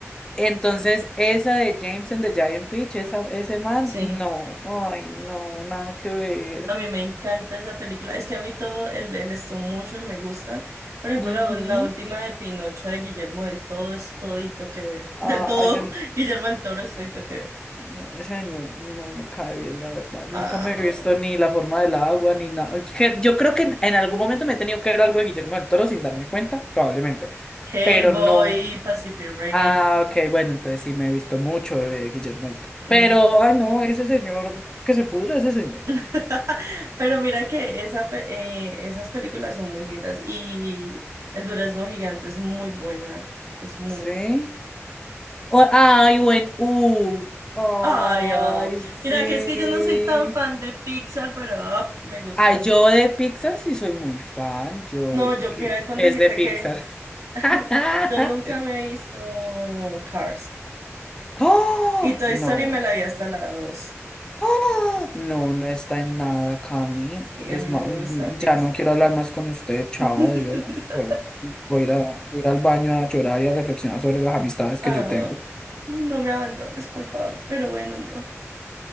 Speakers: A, on the left; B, on the right.
A: Entonces, esa de James and the Giant Peach, esa, ese man,
B: Sí.
A: no, ay, no, nada que ver.
B: A mí me encanta esa película. Es que a mí todo el, el stop motion me gusta. Por ejemplo,
A: Ujú.
B: la, la última de Pinocho de Guillermo del Todo es todito que ver.
A: Ah,
B: Del todo,
A: ah, yo no,
B: <laughs> Guillermo del Toro es todito que ver.
A: no, ese señor no me cae bien, la verdad. Nunca
B: Ah,
A: me he visto ni la forma del agua, ni nada. Que Yo creo que en en algún momento me he tenido que ver algo de Guillermo del Toro sin darme cuenta, probablemente
B: Hellboy,
A: pero no.
B: Pacific Rim.
A: Ah, ok, bueno, entonces sí me he visto mucho de Guillermo del Toro. Pero,
B: mm.
A: ay no, ese señor, que se pudra ese señor.
B: <laughs> Pero mira que esa, pe- eh, esas películas son muy lindas y El Durazno Gigante es muy buena. Es muy...
A: Sí. O- ay, buen U. Ay,
B: Ay, Up.
A: sí.
B: Mira, que es que yo no soy tan fan de Pixar, pero Up me gusta
A: Ay,
B: mucho.
A: yo de Pixar sí soy muy fan. Yo,
B: No, yo,
A: ¿qué?
B: mira, con
A: ¿Qué
B: decirte
A: es de Pixar?
B: que <laughs>
A: <laughs>
B: yo nunca me he visto Cars.
A: ¡Oh!
B: Y Toy
A: No.
B: Story me la vi hasta la 2.
A: ¡Ah! No, no está en nada, Cami.
B: Sí,
A: Es
B: a mí
A: ma-
B: no me
A: mm,
B: gusta Pixar.
A: ya no quiero hablar más con usted, chao,
B: <laughs>
A: adiós. Yo voy a ir a- voy a ir al baño a llorar y a reflexionar sobre las amistades
B: Ah,
A: que yo tengo.
B: no me abandones, por favor. Pero bueno, amor.